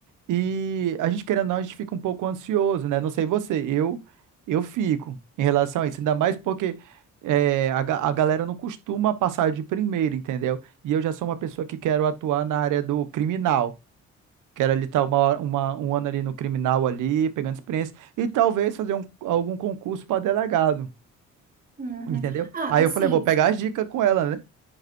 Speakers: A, on the right; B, on the right.
A: e a gente, querendo ou não, a gente fica um pouco ansioso, né? Não sei você, eu eu fico em relação a isso. Ainda mais porque é, a, ga- a galera não costuma passar de primeiro, entendeu? E eu já sou uma pessoa que quero atuar na área do criminal. Quero ali estar uma, hora- uma, um ano ali no criminal ali, pegando experiência, e talvez fazer um, algum concurso para delegado,
B: Uhum.
A: entendeu?
B: Ah,
A: Aí
B: assim,
A: eu falei, vou pegar as dicas com ela, né?